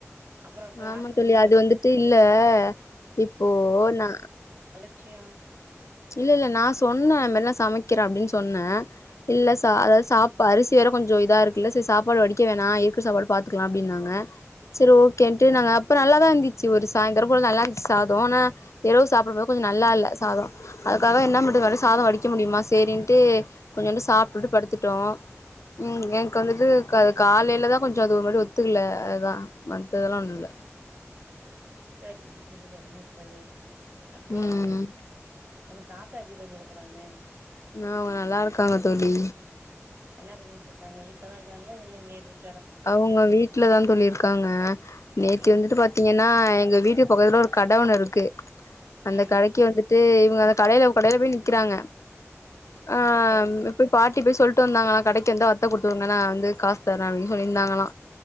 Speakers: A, on the right; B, on the left.
A: அப்புறோ
B: ஆமா
A: ஆஸ்பத்திரி
B: தோழி அது
A: செலவு
B: வந்துட்டு இல்ல இப்போ நா
A: அச்சியா
B: இல்ல இல்ல நா சொன்னே வேணும்னா சமைக்கிறே அப்படின்னு சொன்னே இல்லல சா அதாவது சாப்ப அரிசி வேற கொஞ்ச இதா இருக்குல்ல சரி சாப்பாடு வடிக்க வேணா இருக்கிற சாப்பாடு பாாரத்துக்கலாஅப்படின்னாங்க சேரி ஓகேன்ட்டு நாங்க அப்பற நல்லாதான் இருந்துச்சு ஒரு சா இந்தடவை போல நல்லா இருந்துச்சு சாதம ஆனா இரவு சாப்பிடும் போது கொஞ்சம் நல்லா இல்ல சாதம் அதுக்காக என்ன பன்றது வேற சாதமவேடிக்க முடியுமா சரின்ட்டு கொஞ்சோண்டு சாப்பிட்டுட்டு படுத்துட்டோ உம் எனக்கு வந்துட்டு கா காலையிலதா கொஞ்ச அது ஒரு மாரி ஒத்துக்கல அதுதா மத்த இதெல்லா ஒண்ணு இல்ல
A: சேரிங் <unintelligible> தோழி அப்புறோ
B: ம்
A: உங்க தாத்தா எப்படி சொல்லி இருக்கறாங்க
B: ஆ அவங்க நல்லா இருக்காங்க தோழி
A: என்ன பண்ணிட்டு இருக்காங்க வீட்டுலதா இருக்காங்களாவெளிலே எங்கய போயிட்
B: அவங்கவங்க வீட் வீட்டுலதா தோழியிருக்காங்க நேத்தி
A: ம்
B: வந்துட்டு பாத்தீங்கன்னா எங்க வீட்டு பக்கத்துல ஒரு கட ஒன்னு இருக்கு அந்த
A: ம்
B: கடக்கி வந்துட்டு அங்க அந்த கடைல கடைல போய் நிக்கிறாங்க ஆ
A: சரிங்க
B: ம் அ போய் பாட்டி போய் சொல் ட்டு வந்தாங்கன்னா கடைக்கு வந்தா வத்த குடுத்து விடுங்க நா வந்து காசு தரே அப்டி சொல்லிருந்தாங்களா